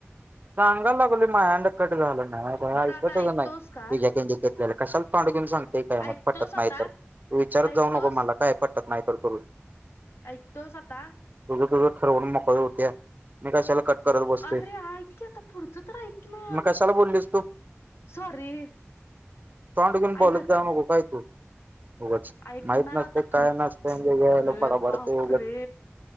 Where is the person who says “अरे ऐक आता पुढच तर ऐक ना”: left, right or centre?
Left